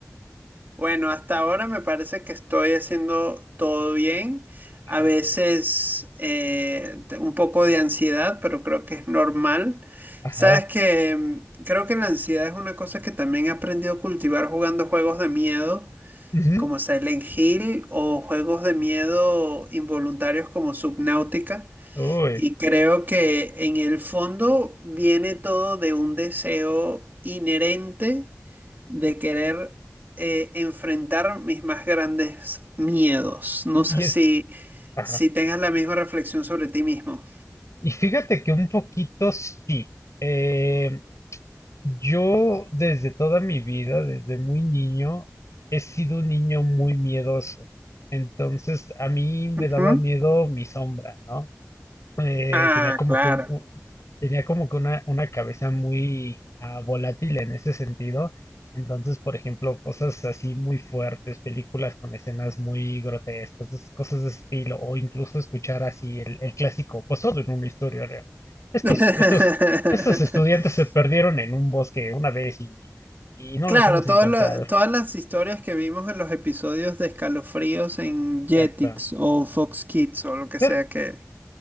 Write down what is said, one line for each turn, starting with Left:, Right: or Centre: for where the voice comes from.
Right: Bueno, hasta ahora me parece que estoy haciendo todo bien.
Left: Ajá,
Right: A veces eh, te- un poco de ansiedad, pero creo que es normal.
Left: ajá.
Right: Sabes que mm, creo que la ansiedad es una cosa que también he aprendido a cultivar jugando juegos de miedo,
Left: ujú,
Right: como Silent Hill o juegos de miedo involuntarios como Subnautica.
Left: uy,
Right: Y creo que en el fondo viene todo de un deseo inherente de querer eh, enfrentar mis más grandes miedos. No
Left: y
Right: sé
Left: y es,
Right: si,
Left: ajá.
Right: si tengas la misma reflexión sobre ti mismo.
Left: Y fíjate que un poquito sí. eh, yo desde toda mi vida, desde muy niño, he sido un niño muy miedoso. Entonces, a mí me
Right: Ujú.
Left: daba miedo mi sombra, ¿no? eh,
Right: Ah,
Left: tenía como
Right: claro.
Left: que un- un- tenía como que una, una cabeza muy ah, volátil en ese sentido. Entonces, por ejemplo, cosas así muy fuertes, películas con escenas muy grotescas, esas cosas de estilo, o incluso escuchar así el, el clásico, pues todo en una historia real. Estos,
Right: <laughs>
Left: estos, estos estudiantes se perdieron en un bosque una vez y, y no
Right: Claro,
Left: los hemos encontrado.
Right: todo lo- todas las historias que vimos en los episodios de Escalofríos en Jetix
Left: Exacto.
Right: o Fox Kids o lo que
Left: Fíjate
Right: sea que,